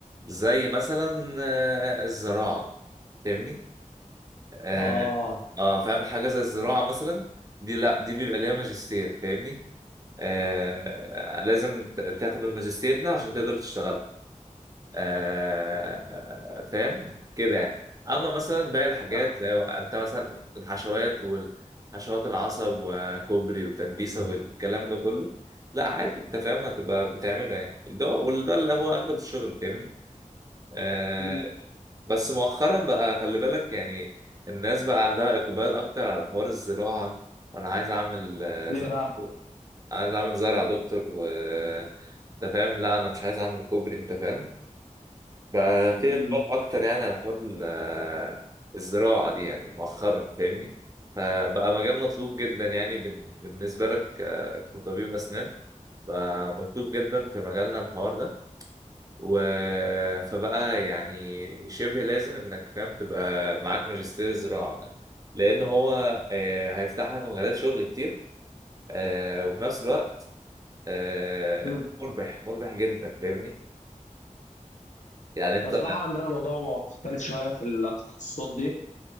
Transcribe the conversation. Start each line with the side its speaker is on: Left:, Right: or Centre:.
Right: زي مثلا آه، الزراعه فاهمني اه
Left: اه
Right: آه، فاهم حاجه زي الزراعه مثلا دي لا دي بيبقى ليها ماجستير فاهمني آه لازم ت- تاخد الماجستير ده عشان تقدر تشتغل آه فاهم كده يعني اما مثلا باقي الحاجات
Left: لا
Right: لو انت مثلا الحشوات والحشوات العصب وكوبري والتنبيسه والكلام ده كله لا عادي انت فاهم هتبقى بتعمله يعني ده وده اللي هو اغلب الشغل فاهمني آه،
Left: امم
Right: بس مؤخرا بقى خلي بالك يعني الناس بقى عندها إقبال أكتر على حوار الزراعة أنا عايز أعمل آه،
Left: ليه
Right: ز-
Left: بقى؟
Right: عايز أعمل زرع يا دكتور و أنت فاهم لا أنا مش عايز أعمل كوبري أنت فاهم بقى في
Left: امم
Right: إقبال أكتر يعني على حوار ال- آه، الزراعة دي يعني مؤخرا فاهمني فبقى مجال مطلوب جدا يعني بال- بالنسبة لك آه، كطبيب أسنان بقى مطلوب جدا في مجالنا الحوار ده و... فبقى يعني شبه لازم انك فاهم تبقى معاك ماجستير زراعة لان هو آه، هيفتح لك مجالات شغل كتير آه، وفي نفس الوقت آه،
Left: امم
Right: مربح مربح جدا فاهمني يعني انت
Left: بصراحه عندنا موضوع مختلف شويه في التخصصات دي